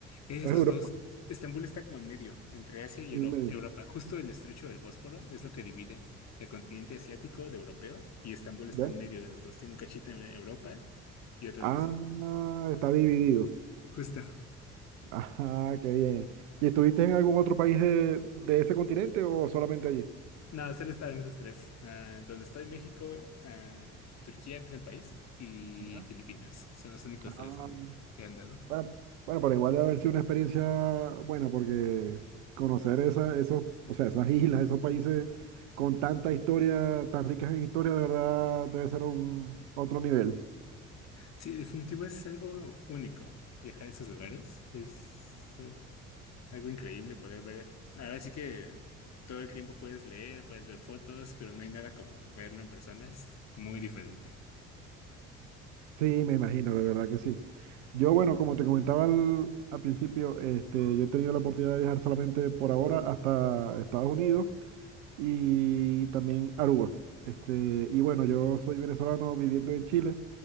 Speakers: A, on the left (about 45°); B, on the right (about 70°).
A: Es
B: No es
A: los
B: Europa,
A: dos. Estambul está como en medio, entre Asia y
B: en
A: Euro-
B: medio.
A: Europa. Justo el estrecho del Bósforo es lo que divide el continente asiático de europeo y Estambul está
B: ¿Ya?
A: en medio de los dos. Tiene un cachito en Europa y otro
B: Ah,
A: en Asia.
B: está dividido.
A: Justo.
B: <laughs> Ajá, qué bien. ¿Y estuviste en algún otro país de, de ese continente o solamente allí?
A: No, solo está en esos tres. Ah, donde estoy, México, ah, Turquía, que es el país, y
B: Ya.
A: Filipinas. Son los únicos
B: Ah,
A: tres donde he andado.
B: bueno, bueno, pero igual debe haber sido una experiencia buena porque conocer esa, esos, o sea, esas <laughs> islas, esos países con tanta historia, tan ricas en historia, de verdad debe ser un otro nivel.
A: Sí, definitivo es algo único. Viajar a esos lugares es... eh, Algo increíble poder ver. Ahora sí que todo el tiempo puedes leer, puedes ver fotos, pero no hay nada como verlo en persona. Es muy diferente.
B: Sí, me imagino, de verdad que sí. Yo, bueno, como te comentaba al, al principio, este, yo he tenido la oportunidad de viajar solamente por ahora hasta Estados Unidos y también Aruba. Este, y bueno, yo soy venezolano viviendo en Chile.